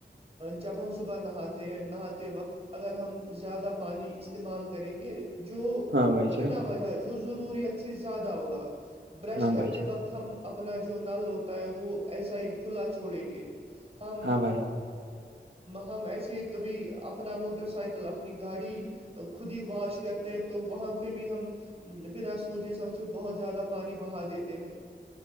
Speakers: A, on the right (about 35°); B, on the right (about 80°).
A: جب ہم صبح نہاتے ہیں نہاتے وقت اگر ہم زیادہ پانی استعمال کریں گے جو
B: ہاں بھائی جان
A: بنا وجہ جو ضروریت سے زیادہ ہوگا برش
B: ہاں
A: کرتے
B: بھائی جان
A: وقت ہم اپنا جو نل ہوتا ہے وہ ایسا ہی کھلا چھوڑیں گے ہم
B: ہاں بھائی جان
A: ہم ایسے کبھی اپنا موٹر سائیکل اپنی گاڑی خود ہی واش کرتے ہیں تو وہاں پہ بھی ہم بنا سوچے سمجھے بہت زیادہ پانی بہا دیتے ہیں